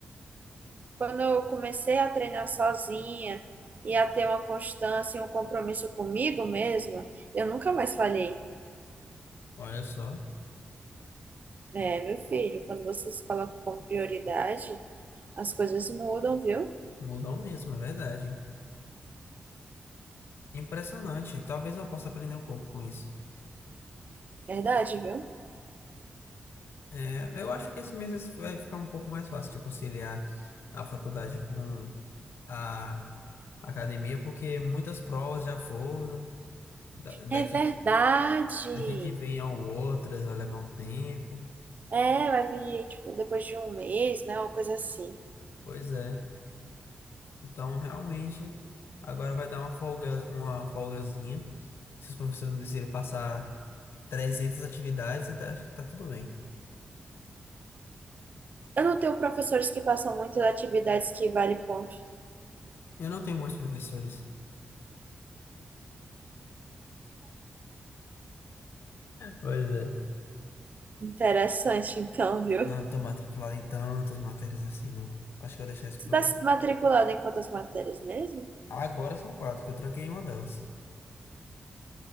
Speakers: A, on the right; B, on the left.
A: Quando eu comecei a treinar sozinha e a ter uma constância e um compromisso comigo mesma, eu nunca mais falhei.
B: Olha só,
A: É, meu filho, quando você se coloca como prioridade, as coisas mudam, viu?
B: mudou mesmo, é verdade. Impressionante. Talvez eu possa aprender um pouco com isso.
A: Verdade, viu?
B: É, eu acho que esse mês vai ficar um pouco mais fácil de conciliar a faculdade com a academia, porque muitas provas já foram. Da- Daqui
A: É verdade.
B: que, daqui que vem a outras, vai levar um tempo.
A: É, vai vir, tipo, depois de um mês, né? Uma coisa assim.
B: Pois é. Então, realmente, agora vai dar uma folga, uma folgazinha. Se os professores não decidirem passar 300 atividades, até acho que tá tudo bem.
A: Eu não tenho professores que passam muitas atividades que vale ponto.
B: Eu não tenho muitos professores. Pois é.
A: Interessante, então, viu?
B: Não tô matriculado em tantas matérias assim, não. Acho que eu vou deixar isso
A: Você
B: pro...
A: está matriculado em quantas matérias mesmo?
B: Agora são quatro, porque eu tranquei uma delas.